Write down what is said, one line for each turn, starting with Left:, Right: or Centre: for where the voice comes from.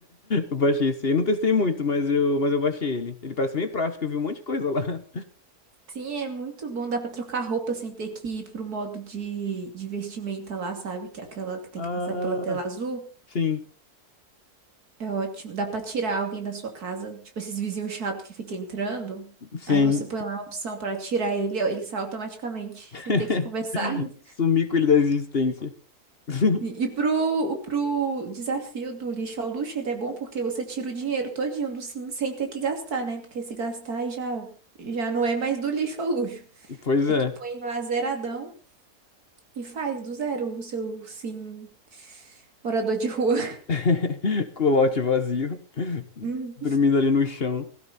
Left: Eu baixei esse. Eu não testei muito, mas eu, mas eu baixei ele. Ele parece bem prático, eu vi um monte de coisa lá.
Right: Sim, é muito bom, dá pra trocar roupa sem ter que ir pro modo de, de vestimenta lá, sabe? Que é aquela que tem
Left: Ah,
Right: que passar pela tela azul.
Left: sim,
Right: É ótimo. Dá pra tirar alguém da sua casa, tipo esses vizinhos chato que fica entrando.
Left: sim.
Right: Aí você põe lá a opção pra tirar ele, ó, ele sai automaticamente,
Left: <laughs>
Right: sem ter que conversar. <laughs>
Left: Sumi com ele da existência. <laughs>
Right: E, e pro, pro desafio do lixo ao luxo, ele é bom porque você tira o dinheiro todinho do sim, sem ter que gastar, né? Porque se gastar, aí já, já não é mais do lixo ao luxo.
Left: Pois
Right: Aí
Left: é.
Right: tu põe lá zeradão e faz do zero o seu sim morador de rua.
Left: <laughs> Com o lote vazio,
Right: <laughs>
Left: dormindo
Right: Hum.
Left: ali no chão.